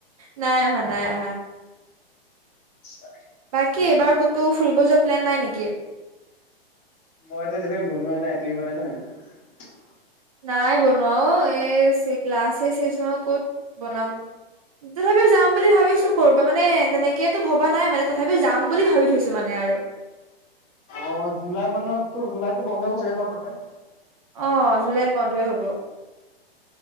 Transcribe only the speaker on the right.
নাই অহা নাই অহা।
বাকী এইবাৰ ক'তো ফুৰিব যোৱা প্লেন নাই নেকি?
নাই বনোৱাও এ ক্লাছএ চেছ নহই ক'ত বনাম তথাপিও যাম। বুলি ভাবিছো কৰ'বা মানে তেনেকে এতিয়াতো ভবা নাই মানে তথাপিও যাম বুলি ভাবি থৈছো মানে আৰু।
অহ জুলাইত বন্ধই হ'ব।